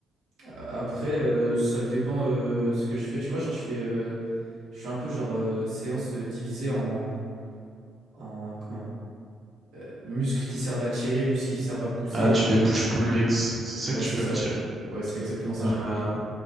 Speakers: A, on the right; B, on the right.
A: A- Après, euh, ça dépend euh, ce que je fais. Tu vois, genre, je fais, euh, je fais un peu genre euh, séance euh, divisée en, en comment? Euh, muscles qui servent à tirer, muscles qui servent à pousser
B: Ah,
A: et
B: tu
A: jambes.
B: fais push-pull legs, c'est ça
A: Ouais,
B: que
A: c'est
B: tu veux
A: ça.
B: me dire.
A: Ouais, c'est exactement ça,
B: Ah,
A: j'avais oublié.